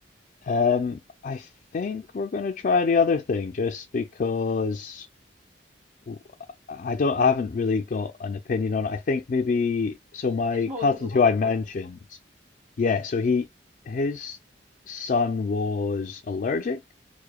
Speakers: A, on the left (about 45°); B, on the right (about 45°).
A: Um, I think we're gonna try the other thing just because w- I don't, I haven't really got an opinion on it. I think maybe, so my
B: It's more
A: cousin
B: the what
A: who I
B: the,
A: mentioned,
B: what the
A: yeah, so he, his son was allergic